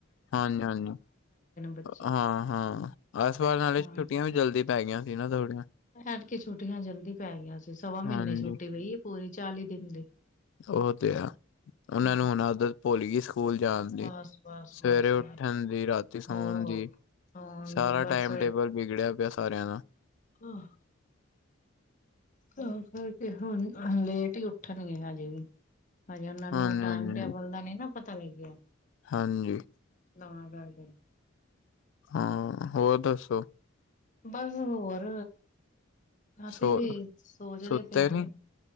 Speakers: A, on the left; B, on the left.
A: ਹਾਂਜੀ-ਹਾਂਜੀ
B: ਬੱਚੇ
A: ਹਾਂ-ਹਾਂ, ਐਸ ਵਾਰ ਨਾਲੇ
B: ਤਾਂ
A: ਛੁੱਟੀਆਂ ਵੀ ਵੀ ਜਲਦੀ ਪੈ ਗਈ ਸੀ ਨਾ ਥੋੜੀਆਂ।
B: ਐਤਕੀ ਛੁੱਟੀਆਂ ਜਲਦੀ ਪੈ ਗਈਆਂ ਸੀ, ਸਵਾ ਮਹੀਨੇ
A: ਹਾਂਜੀ
B: ਛੁੱਟੀ ਪਈ ਪੂਰੀ ਚਾਲੀ ਦਿਨ ਦੀ।
A: ਉਹ ਤੇ ਆ, ਉਹਨਾਂ
B: ਹਾਂ
A: ਨੂੰ ਹੁਣ ਉਧਰ ਭੋਲੀ ਗੇ ਸਕੂਲ ਜਾਣ ਦੀ,
B: ਬਸ ਬਸ
A: ਸਵੇਰੇ
B: ਬਸ
A: ਉੱਠਣ
B: ਬਸ
A: ਦੀ ਰਾਤੀ ਸੋਣ
B: ਹੋਰ
A: ਦੀ।
B: ਸੋਣ
A: ਸਾਰਾ
B: ਦੀ ਬਸ
A: ਟਾਈਮ ਟੇਬਲ ਬਗੜਿਆ ਪਿਆ ਸਾਰਿਆਂ ਦਾ।
B: ਆਹ ਤਾਂ ਕਰਕੇ ਹੁਣ ਲੇਟ ਹੀ ਉੱਠਣਗੇ ਹਜੇ ਵੀ। ਹਜੇ ਉਹਨਾਂ ਨੂੰ
A: ਹਾਂਜੀ-ਹਾਂਜੀ,
B: ਟਾਈਮ ਟੇਬਲ ਦਾ ਨੀ ਨਾ ਪਤਾ ਲੱਗਿਆ।
A: ਹਾਂਜੀ‌,
B: ਤਾ ਕਰਕੇ।
A: ਹਾਂ, ਹੋਰ ਦੱਸੋਂ?
B: ਬਸ ਹੋਰ, ਅਸੀਂ
A: ਸੋ
B: ਵੀ ਸੋਚਦੇ
A: ਸੁੱਤੇ
B: ਪਏ ਆ
A: ਨੀ?
B: ਗੇ